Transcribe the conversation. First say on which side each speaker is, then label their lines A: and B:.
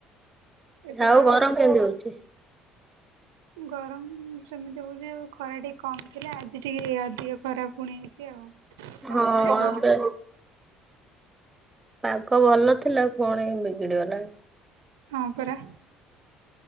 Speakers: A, on the right (about 80°); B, on the right (about 15°).
A: ଏବେ
B: ଆଉ
A: ତ
B: ଗରମ କେମିତି ହଉଛି?
A: ଗରମ ସେମିତି ହଉଛି, ଖରା ଟିକେ କମ ଥିଲା ଆଜି ଟିକେ ଅଧିକ ଖରା ପୁଣି ହେଇଛି ଆଉ,
B: ହଁ
A: ତମ ଆଡେ?
B: ଏବେ ପାଗ ଭଲ ଥିଲା ପୁଣି ବିଗିଡି ଗଲାଣି।
A: ହଁ ପରା।